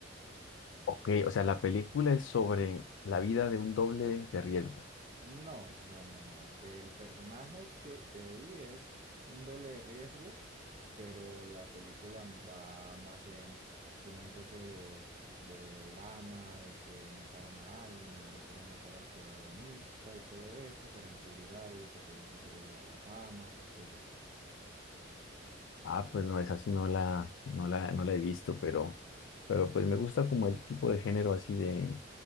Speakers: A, on the left; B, on the right.
A: Ok, o sea, la película es sobre la vida de un doble de riesgo.
B: No, no, no, no. El personaje que ahí es un doble de riesgo, pero la película va más bien, tiene un toque de, de drama, de que mataron a alguien y ahora quieren matar al protagonista y todo eso para encubrir algo porque alguien se quiere llevar la fama y así.
A: Ah, pues no, es así, no la, no la, no la he visto, pero, pero pues me gusta como el tipo de género así de